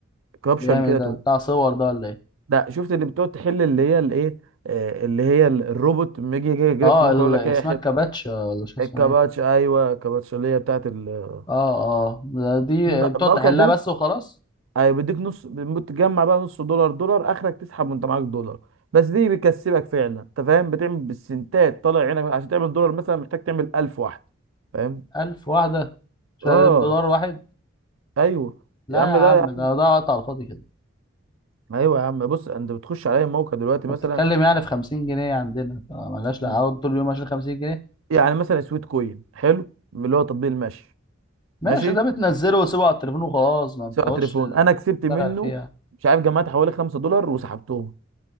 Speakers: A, on the right (about 70°); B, on the left (about 20°).
A: كابشن
B: بيعمل
A: كده
B: ايه ده
A: 2
B: بتاع صور ده ولا ايه
A: ده شفت اللي بتقعد تحل اللي هي الايه آه، اللي هي ال- الروبوت لما يجي يجي
B: اه
A: لك في موقع
B: ال-
A: يقول لك
B: اسمها
A: ايه حل
B: كباتش ولا شو اسمها
A: الكباتش
B: ايه
A: ايوه الكباتش اللي هي بتاعت ال-
B: اه اه ده دي
A: الم-
B: بتقعد
A: الموقع
B: تحلها
A: ده
B: بس وخلاص
A: ايوه بيديك نص بتجمع بقى نص دولار دولار اخرك تسحب وانت معاك دولار بس دي بيكسبك فعلا انت فاهم بتعمل بالسنتات طالع عينك عشان تعمل دولار مثلا محتاج تعمل 1000 واحده فاهم
B: ألف واحدة شغالين
A: اه
B: بدولار واحد
A: ايوه
B: لا
A: يا عم
B: يا عم
A: ده
B: ده ده وقت على الفاضي كده
A: ايوه يا عم بص انت بتخش على اي موقع دلوقتي مثلا
B: انت بتتكلم يعني في 50 جنيه عندنا فمالهاش
A: م-
B: لا اقعد طول اليوم عشان 50 جنيه
A: يعني مثلا سويت كوين حلو اللي هو تطبيق المشي
B: ماشي
A: ماشي
B: ده بتنزله وسيبه على التليفون وخلاص ما بتقعدش
A: سواء تليفون انا كسبت
B: تشتغل
A: منه
B: فيها
A: مش عارف جمعت حوالي 5 دولار وسحبتهم